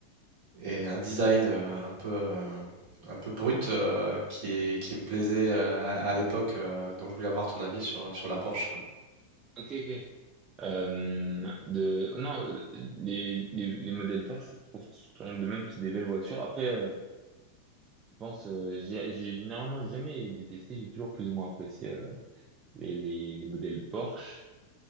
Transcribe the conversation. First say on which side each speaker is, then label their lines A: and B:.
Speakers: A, on the right; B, on the right.
A: et un design euh, un peu, euh, un peu brut euh, qui, qui me plaisait euh, à, à l'époque. euh, donc je voulais avoir ton avis sur, sur la Porsche.
B: ok, ok. Euh, de, non, les, les, les modèles Porsche, je trouve, sont de même, c'est des belles voitures. Après, euh, je pense, euh, j'ai j'ai- généralement j'ai jamais détesté, j'ai toujours plus ou moins apprécié euh, les, les, les modèles Porsche,